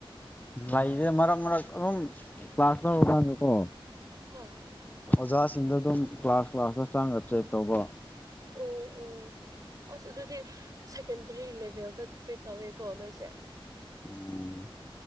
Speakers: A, on the left; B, on the right.
A: ꯂꯩꯌꯦ ꯃꯔꯛ ꯃꯔꯛ ꯑꯗꯨꯝ ꯀ꯭ꯂꯥꯁ ꯇꯧꯔꯀꯥꯟꯗꯀꯣ꯫
B: ꯍꯣꯏ
A: ꯑꯣꯖꯥꯁꯤꯡꯗ ꯑꯗꯨꯝ ꯀ꯭ꯂꯥꯁ ꯀ꯭ꯂꯥꯁꯇ ꯆꯪꯉꯒ ꯆꯦꯛ ꯇꯧꯕ꯫
B: ꯑꯪ ꯑꯪ꯫ ꯑꯁ ꯑꯗꯨꯗꯤ ꯁꯦꯀꯦꯟꯗꯔꯤ ꯂꯦꯕꯦꯜꯗ ꯇ꯭ꯔꯦꯠ ꯇꯧꯋꯦꯀꯣ ꯅꯣꯏꯁꯦ꯫
A: ꯎꯝ꯫